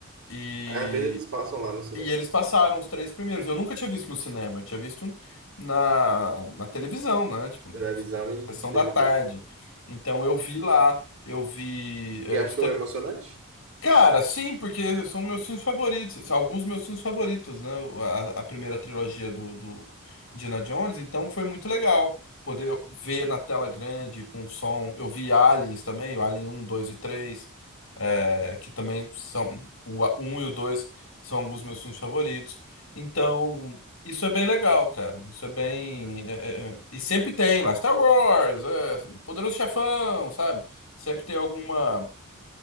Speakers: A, on the left; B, on the right.
A: e
B: Às vezes eles passam lá no cinema,
A: e eles passaram os três primeiros. Eu nunca tinha visto no cinema, eu tinha visto na, na televisão, né? Tipo,
B: televisão e
A: sessão
B: DVD.
A: da tarde. Então eu vi lá, eu vi é,
B: E achou
A: os, te-
B: emocionante?
A: Cara, sim, porque são meus filmes favoritos, são alguns meus filmes favoritos, né? A, a primeira trilogia do, do Indiana Jones, então foi muito legal poder ver na tela grande, com som. Eu vi Aliens também, o Alien um dois e três é, que também são. O a- um e o 2 são alguns meus filmes favoritos. Então, isso é bem legal, cara. Isso é bem. é, é, é, e sempre tem lá, Star Wars, é, Poderoso Chefão, sabe? Sempre tem alguma